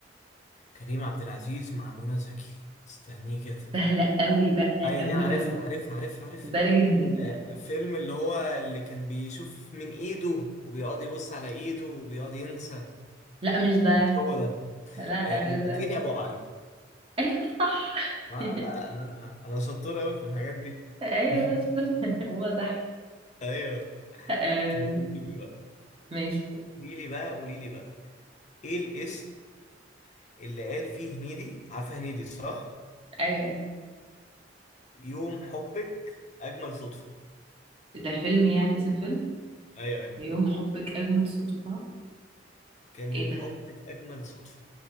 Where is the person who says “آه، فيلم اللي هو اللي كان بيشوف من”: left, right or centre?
Left